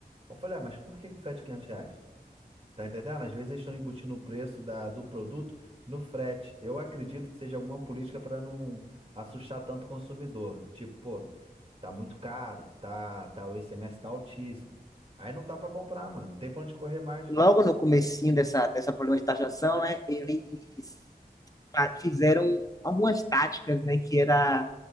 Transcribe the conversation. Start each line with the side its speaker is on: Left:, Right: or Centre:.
Right: Eu falei, ah, mas por que o frete é 500 reais? Tá entendendo? Às vezes eles estão embutindo o preço da, do produto no frete. Eu acredito que seja alguma política para não assustar tanto o consumidor. Tipo, pô, tá muito caro, tá, tá, o ICMS tá altíssimo. Aí não tá para comprar, mano, não tem pra onde correr mais.
Left: Logo no comecinho dessa, dessa problema de taxação, né, eles fa- fizeram algumas táticas, né, que era